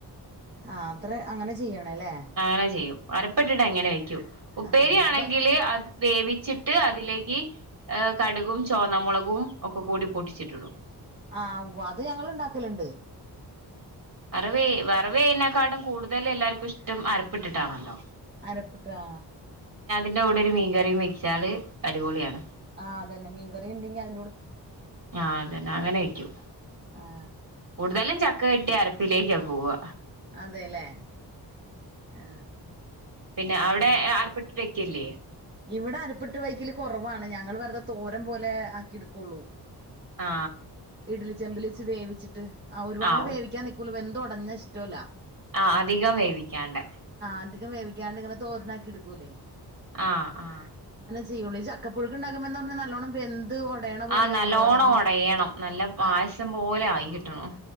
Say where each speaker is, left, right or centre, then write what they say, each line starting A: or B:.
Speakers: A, on the right; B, on the right.
A: ആ അത്ര അങ്ങനെ ചെയ്യണല്ലേ
B: അങ്ങനെ ചെയ്യും അരപ്പിട്ടിട്ട് അ ങ്ങനെ വെക്കൂ ഉപ്പേരിയാണെങ്കില്
A: ആ അപ്പൊ
B: അത് വേവിച്ചിട്ട് അതിലേക്ക് ഏ കടുകും ചോന്ന മുളകും പ്പും ഒക്കെ കൂടി പൊട്ടിച്ചിട്ടടു
A: ആ അത് ഞങ്ങള് ഇണ്ടാക്കലുണ്ട്
B: വറവേ വറവേനെക്കാടും കൂടുത കതൽ എല്ലാർക്കും ഇഷ്ടം അരപ്പെട്ടിട്ടാണല്ലോ
A: അരപ്പട്ടാ
B: എന്റെ കൂടെ ഒരു മീൻകറിയും വെച്ചാല് അടിപൊളിയാണ്
A: ആഹ് അതന്നെ മീൻകറി ഉണ്ടെങ്കി അ
B: ആഹ അതന്നെ അങ്ങനെ വക്കും
A: ആ
B: കൂടുതലും ച ക്ക കിട്ടിയാ അരപ്പിലേക്കാ പോവ്വ
A: അതേ ലേ ആ
B: പിന്നെ
A: ഉം
B: അവിടെ ആർപ്പിട്ട് ക്കില്ലേ
A: ഇവിടെ അരപ്പിട്ട് വെക്കല് കൊറവാണ് ഞങ്ങൾ വെറുതെ തോരം പോലെ ആക്കിട്ക്കുള്ളൂ
B: ആ
A: ഇഡ്ലി ചെമ്പിലിച്ച് വേവിച്ചിട്ട് ആ ഒരുപാട്
B: ആഹ്
A: വേവിക്കാൻ നിക്കൂല വെന്തൊടഞ്ഞ ഷ്ടോല്ല
B: ആ അധികം വേവിക്കാണ്ടെ
A: അധികം വേവിക്കാണ്ട് ഇങ്ങനെ തോരനാക്കി എടുക്കൂല്ലേ
B: ആ ആ
A: ചെയ്യോളി ചക്ക പുഴുക്കുണ്ടകുമ്പ ന്ന് പറഞ്ഞാ നല്ലോണം വെന്ത് ഒടയണ പോലെ
B: ആഹ് നല്ലോണം
A: ആവൂലേ ഒടഞ്ഞ്
B: ഒടയണം. നല്ല പായസം
A: ആ
B: പോലെ ആയി കിട്ടണം.